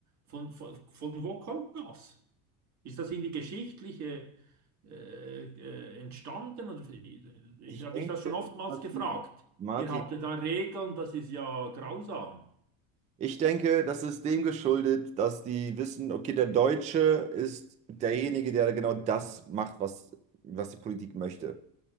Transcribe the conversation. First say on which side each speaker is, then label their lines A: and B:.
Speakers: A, on the right; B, on the right.
A: Von, von, von wo kommt das? Ist das irgendwie geschichtliche äh, äh, entstanden? Oder, ich
B: du, ich
A: habe
B: denke,
A: mich das schon oftmals
B: Martin,
A: gefragt.
B: Martin,
A: Ihr habt ja da Regeln, das ist ja grausam.
B: ich denke, das ist dem geschuldet, dass die wissen, okay, der Deutsche ist derjenige, der genau das macht, was, was die Politik möchte.